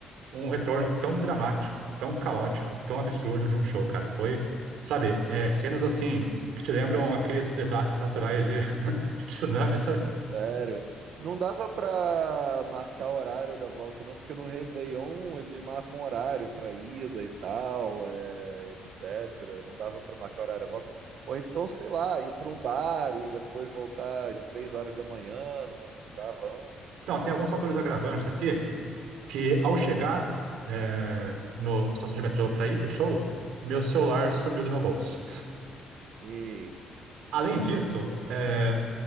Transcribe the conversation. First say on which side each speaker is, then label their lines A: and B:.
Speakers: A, on the right (about 85°); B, on the right (about 70°).
A: um retorno tão dramático, tão caótico, tão absurdo de um show, cara. Foi, sabe, é, cenas assim que te lembram aqueles desastres naturais de, <laughs> de tsunami, sabe?
B: Sério. Não dava pra marcar horário da volta, não, porque no Réveillon eles marcam horário pra ida e tal, é, etc. Não dava pra marcar horário da volta. Ou então, sei lá, ir pra um bar e depois voltar às três horas da manhã, não, não dava, não?
A: Então, tem alguns fatores agravantes aqui que, ao chegar é, na estação de metrô para ir para o show, meu celular sumiu do meu bolso.
B: Eita,
A: Além disso, é,